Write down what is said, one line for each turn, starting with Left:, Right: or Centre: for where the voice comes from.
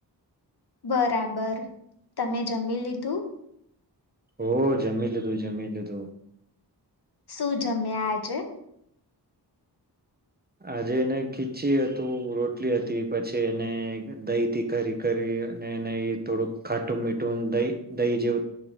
Left: બરાબર તમે જમી લીધું.
Right: ઓ જમી લધું જમી લીધું.
Left: શું જમ્યા આજે.
Right: આજે એને ખીચી હતું રોટલી હતી પછી એને દહીથી ખરી કરી અને એને થોડુંક ખાટું મીઠું દહી દહી જેવું